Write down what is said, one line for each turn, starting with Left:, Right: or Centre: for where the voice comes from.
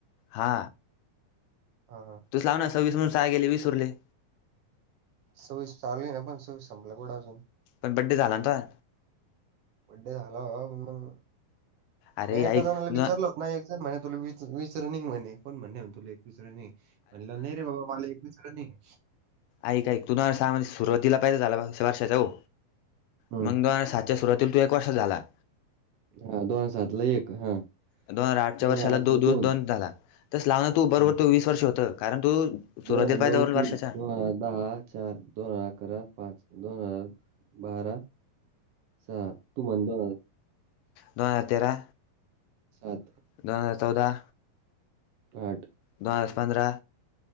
Left: हा
Right: हां हां.
Left: तूच लावना सव्वीस मधून सहा गेले वीस उरले.
Right: सव्वीस चालुये ना, पण सव्वीस संपल कुढं अजून.
Left: पण बड्डे झाला ना तुझा.
Right: बड्डे झाला भावा पण मग
Left: अरे
Right: <inaudible> म्या एका
Left: ऐक
Right: जणाला
Left: न
Right: विचारलं, मा <unintelligible> तुला विस वीसच रनिंग म्हणे, कोण म्हणे तुले एकवीस रनिंगे? म्हणलं नाही रे बाबा, मला एकवीस रनिंगे.
Left: आइक आइक तु दोन हजार सहा मध्ये सुरुवातीला <unintelligible> झाला वर्षाचा हो,
Right: हम्म
Left: मग दोन हजार सात- च्या सुरवातीला तू एक वर्षाचा झाला.
Right: हा दोन हजार सातला एक. हा-
Left: दोन हजार आठच्या
Right: दोन
Left: वर्षाला
Right: हजार आठला
Left: दो दो
Right: दोन
Left: झाला. तस लाव ना तू, बरोबर
Right: हा
Left: तो वीस वर्ष होत. कारण तू- सुरुवातीला
Right: दोन हजार
Left: पाहिजे
Right: नऊ तीन
Left: वर्षाच्या
Right: दोन दहा चार दोन हजार अकरा पाच दोन हजार बारा सहा तु म्हण दोन हजार
Left: बारा तेरा
Right: सात
Left: दोन हजार चौदा
Right: आठ
Left: दोन हजार पंधरा